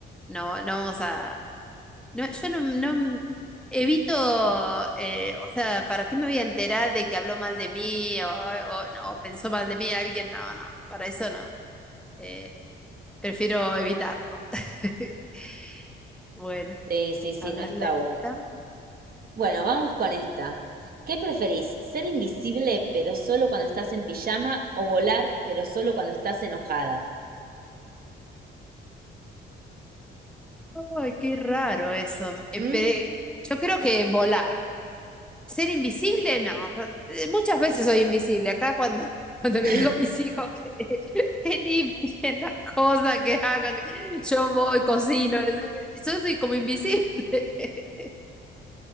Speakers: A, in the centre; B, on the right (about 50°).
A: No, no vamos a, no, yo no, no evito, eh, o sea, ¿para qué me voy a enterar de que habló mal de mí o, o, no, o pensó mal de mí alguien? No, no, para eso no. Eh, prefiero evitarlo. <laughs> Bueno,
B: Sí, sí, sí,
A: a verle
B: no está bueno.
A: le- está.
B: Bueno, vamos con esta. ¿Qué preferís? ¿Ser invisible pero solo cuando estás en pijama o volar pero solo cuando estás enojada?
A: Ay, qué raro eso. Eh,
B: Mm.
A: pe- yo creo que volar. Ser invisible, no. Eh, Muchas veces soy invisible. Acá cuando, <laughs> cuando
B: <laughs>
A: le digo a mis hijos que, <laughs> que limpien las cosas, que hagan, yo voy, cocino. les- Yo soy como invisible. <laughs>